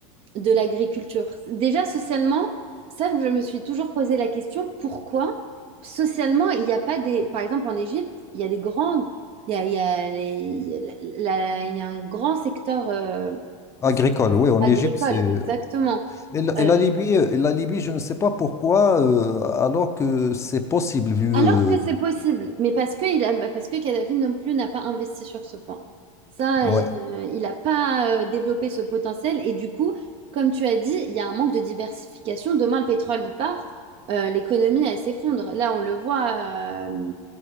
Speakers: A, on the right; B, on the left.
A: de l'agriculture. Déjà, socialement, ça, je me suis toujours posé la question, pourquoi socialement, il n'y a pas des... Par exemple, en Égypte, il y a des grandes... Il y a, il y a les- il y a la- la- il y a un grand secteur euh,
B: Agricole, oui, en
A: agricole,
B: Égypte, c'est
A: exactement.
B: Et la,
A: Euh,
B: et la Libye, euh, et la Libye, je ne sais pas pourquoi, euh, alors que c'est possible vu
A: Alors
B: euh,
A: que c'est possible, mais parce que, il a, bah, parce que Kadhafi non plus n'a pas investi sur ce point. Ça,
B: ouais,
A: euh, il n'a pas euh, développé ce potentiel. Et du coup, comme tu as dit, il y a un manque de diversification. Demain, le pétrole, il part, euh, l'économie, elle s'effondre. Là, on le voit, euh,